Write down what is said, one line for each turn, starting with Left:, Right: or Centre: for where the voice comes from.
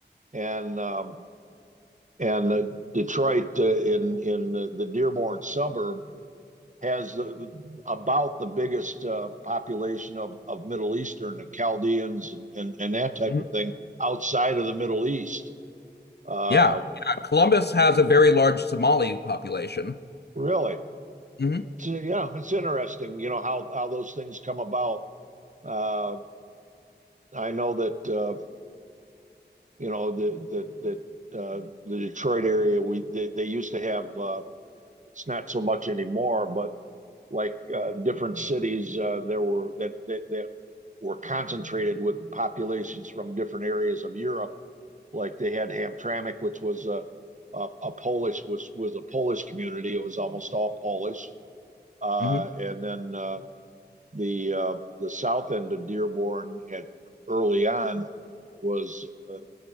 Right: and um, and uh, Detroit uh, in in the, the Dearborn suburb has the, about the biggest uh, population of of Middle Eastern and Chaldeans and, and and that type
Left: Mhm,
Right: of thing outside of the Middle East. Uh,
Left: Yeah, yeah, Columbus has a very large Somali population.
Right: really,
Left: mhm,
Right: So, yeah, it's interesting, you know, how how those things come about. Uh, I know that uh, you know that that that uh, the Detroit area we they, they used to have uh, it's not so much anymore, but like uh, different cities uh, there were that that that were concentrated with populations from different areas of Europe. Like they had Hamtramck, which was a a, a Polish was was a Polish community. It was almost all Polish, uh,
Left: mhm,
Right: and then uh, the uh, the south end of Dearborn at early on was uh,